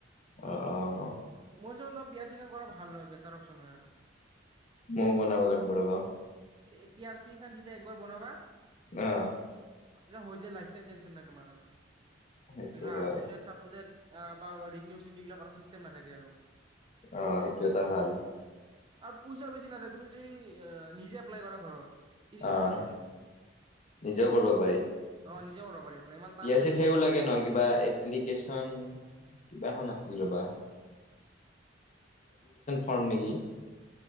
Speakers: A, on the left (about 40°); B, on the right (about 25°).
A: অ' অ'
B: মোৰ হিচাপত বিয়া চিকন কৰা ভাল হয় বেটাৰ অপশচন হয় আৰু।
A: ম বনাব লাগিব ৰবা।
B: পিয়াৰ চি খান দিয়া একবাৰ বনাবা
A: অ'
B: অ হৈ যায় লাইফ টাইম টেনচন নাই তোমাৰ,
A: সেইটো
B: আপলোডেড
A: হয়।
B: চাপলোদেড বা ৰিনিউচ্ বিলাক চিষ্টেম নাথাকে আৰু
A: অ 'সেইটো এটা ভাল
B: আৰু পইচা বেছি নাযায় তুমি যদি নিজে এপ্লাই কৰা ঘৰত ত্ৰিশ
A: অ'
B: টকাত হৈ যাব
A: নিজেও কৰিব পাৰি পীয়াৰ্চি
B: অ নিজে কৰিব পাৰি এপ্লাই ইমান টান নহয় তুমি
A: সেও
B: যিমান
A: লাগে
B: সোধা
A: নহয় কিবা এপ্লিকেচন কিবাখন আছে ৰবা ফৰ্ম নেকি